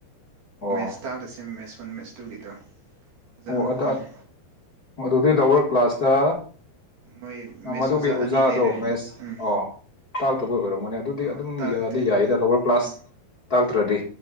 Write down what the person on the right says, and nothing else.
ꯃꯦꯠꯁ ꯇꯥꯛꯂ ꯃꯦꯁ ꯋꯥꯟ ꯃꯦꯁ ꯇꯨꯒꯤꯗꯣ ꯑꯣꯖꯥ
ꯑꯃꯈꯛꯇꯅꯦ
ꯃꯣꯏ
ꯃꯦꯠꯁ
ꯑꯣꯖꯥ
ꯑꯅꯤ ꯂꯩꯔꯦ
ꯎꯝ
ꯑꯣ
ꯇꯥꯛꯇꯦ
ꯎꯝ